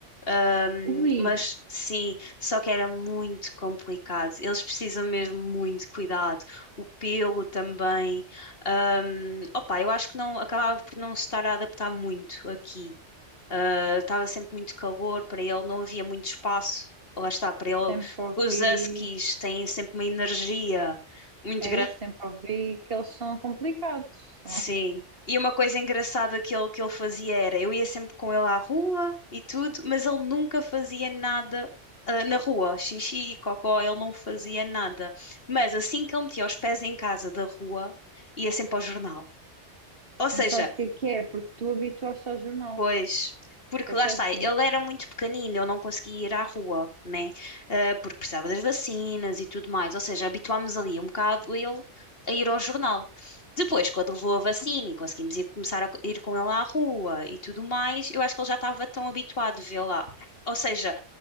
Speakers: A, on the left; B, on the right.
A: hum,
B: ui,
A: mas sim, só que era muito complicado. Eles precisam mesmo muito de cuidado. O pelo também. Hum, opa, eu acho que não acabava por não se estar a adaptar muito aqui. Ah, estava sempre muito calor, para ele não havia muito espaço. Lá está, para ele,
B: sempre ouvi.
A: porque os huskies têm sempre uma energia muito
B: É
A: grande,
B: isso, sempre ouvi que eles são complicados.
A: sim. E uma coisa engraçada que ele, que ele fazia era, eu ia sempre com ele à rua e tudo, mas ele nunca fazia nada, ah, na rua, xixi, cocó, ele não fazia nada. Mas assim que ele metia os pés em casa da rua, ia sempre ao jornal.
B: <laughs>
A: Ou seja,
B: Mas sabes o que é que é? Porque tu habituaste ao jornal.
A: Pois, porque
B: É
A: lá
B: péssimo.
A: está, ele era muito pequenino, ele não conseguia ir à rua, né? Ah, porque precisava das vacinas e tudo mais. Ou seja, habituámos ali um bocado ele a ir ao jornal. Depois, quando levou a vacina e conseguimos ir, começar a co- ir com ele à rua e tudo mais, eu acho que ele já estava tão habituado a vê-la. Ou seja,